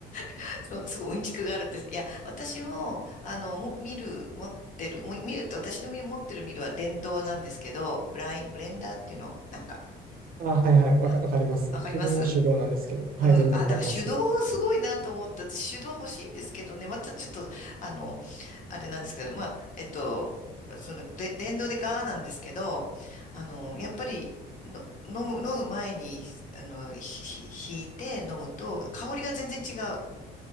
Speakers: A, on the left (about 50°); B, on the right (about 55°).
A: <laughs> そうすごいうんちくがあるんです。いや、私も、あの、も見る、持ってる、も見るって私の見持ってる見るは電動なんですけど、ブライン、ブレンダーっていうのなんか、
B: あ、はいはい、わか、
A: あ
B: わかります。
A: わかります
B: 自分は手動なんですけど、はい、
A: うん。
B: 全然わかります。
A: あ、だから手動すごいなと思った。私手動欲しいんですけどね。またちょっと、あの、あれなんですけど、まあ、えっと、その、で、電動でガーなんですけど、あの、やっぱり、の飲む、飲む前に、あの、ひ、ひ、ひいて飲むと、香りが全然違う。